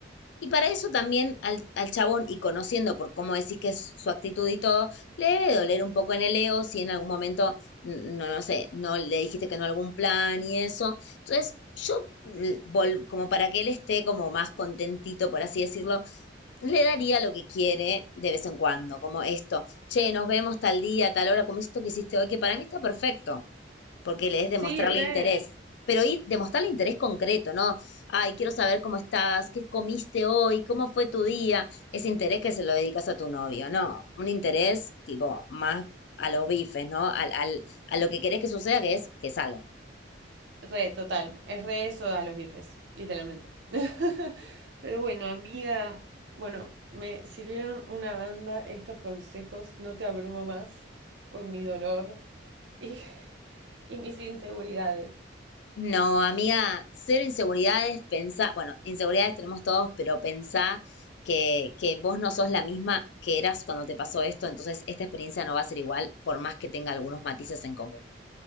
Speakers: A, on the left; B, on the right.
A: Y para eso también al, al chabón, y conociendo por cómo decís que es su actitud y todo, le debe doler un poco en el ego si en algún momento, no, no sé, no le dijiste que no a algún plan y eso. Entonces, yo, mm, vol- como para que él esté como más contentito, por así decirlo, le daría lo que quiere de vez en cuando, como esto, che, nos vemos tal día, tal hora, como esto que hiciste hoy, que para mí está perfecto, porque le es
B: Sí,
A: demostrarle
B: re.
A: interés. Pero ir, demostrarle interés concreto, ¿no? Ay, quiero saber cómo estás, qué comiste hoy, cómo fue tu día. Ese interés que se lo dedicas a tu novio, ¿no? Un interés tipo más a los bifes, ¿no? Al, al, a lo que querés que suceda, que es que salgan.
B: Re, total. Es re eso a los bifes, literalmente. <laughs> Pero bueno, amiga, bueno, me sirvieron una banda estos consejos. No te abrumo más con mi dolor y, <laughs> y mis inseguridades.
A: No, amiga, cero inseguridades, pensá, bueno, inseguridades tenemos todos, pero pensá que, que vos no sos la misma que eras cuando te pasó esto, entonces esta experiencia no va a ser igual, por más que tenga algunos matices en común.